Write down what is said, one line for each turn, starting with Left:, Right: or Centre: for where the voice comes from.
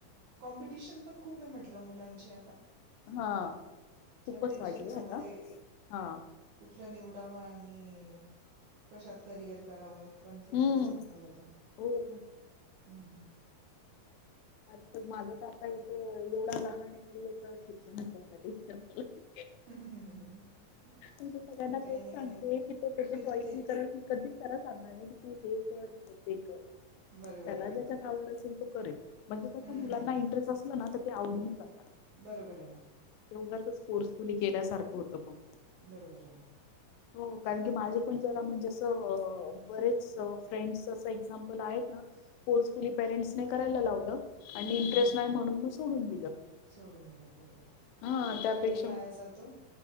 Right: कॉम्पिटिशन पण खूपे म्हटलं मुलांचे आता
Left: हा
Right: प्रत्येक
Left: खूपच वाढली
Right: क्षेत्रामध्ये
Left: आता हा.
Right: कुठलं निवडावं आणि कशात करिअर करावं कन्फ्युज
Left: हम्म
Right: असतात मुलं पण
Left: हो
Right: हम्म हम् हम्
Left: आज माझं तर आता याेत एवढा लहान आहे तरी याचं शिक्षणाच मला टेन्शन अलय
Right: <unintelligible>
Left: म त सगळ्यांना
Right: नाही काही
Left: तेच
Right: नाही
Left: सांगते
Right: काही नाही
Left: की तो त्या
Right: तुम्ही
Left: चॉईस
Right: तिथे
Left: ने करल मी कधीच त्याला सांगणार नाही की तू हे कर किंवा ते कर
Right: बरोबर
Left: त्याला
Right: बरोबर
Left: ज्याच्यात आवड असेल तो करेल - म्हणजे कसं
Right: हं,
Left: मुलांना इंटरेस्ट असलं ना तर ते आवडीने करतात
Right: बरोबर आहे ना
Left: ते उगाचच फोर्सफुली केल्यासारखं होतं मग
Right: बरोबर आहे ना
Left: हो कारण की माझे पण जरा म्हणजे असं बरेच फ्रेंड्स असं एक्झाम्पल आहेत ना फोर्सफुली पेरेंट्से करायला लावलं आणि
Right: हं,
Left: इंटरेस्ट
Right: हं.
Left: नाही म्हणून म सोडून दिलं
Right: सोडून दिल्या बरोबर
Left: हा
Right: त्यात
Left: त्यापेक्षा
Right: वेळही वाया जातो